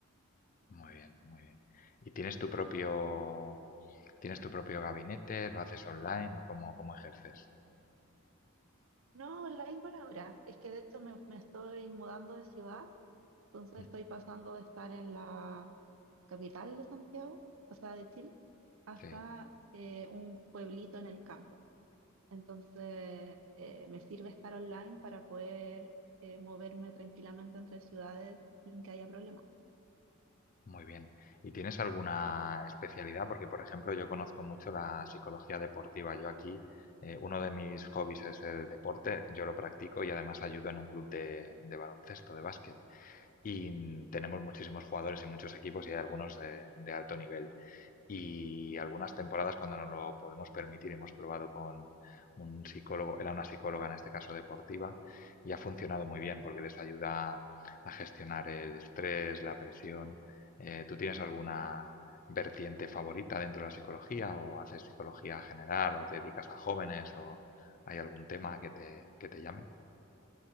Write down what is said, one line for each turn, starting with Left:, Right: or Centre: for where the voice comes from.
Left: muy bien, muy bien. ¿Y tienes tu propio, tienes tu propio gabinete? ¿Lo haces online o cómo, cómo ejerces?
Right: No, online por ahora. Es que de hecho me, me estoy mudando de ciudad Entonces
Left: Mm,
Right: estoy pasando de estar en la capital de Santiago, o sea, de Chile, hasta
Left: Sí.
Right: eh, un pueblito en el campo. Entonces eh, me sirve estar online para poder eh, moverme tranquilamente entre ciudades sin que haya problemas.
Left: Muy bien. ¿Y tienes alguna especialidad? Porque, por ejemplo, yo conozco mucho la psicología deportiva. Yo aquí, eh, uno de mis hobbies es el deporte. Yo lo practico y además ayudo en un club de, de baloncesto, de básquet. Y mm, tenemos muchísimos jugadores y muchos equipos y hay algunos de, de alto nivel. Y algunas temporadas, cuando nos lo podemos permitir, hemos probado con un psicólogo, era una psicóloga en este caso deportiva, y ha funcionado muy bien porque les ayuda a gestionar el estrés, la presión. Eh, ¿tú tienes alguna vertiente favorita dentro de la psicología o haces psicología general o te dedicas a jóvenes o hay algún tema que te, que te llame?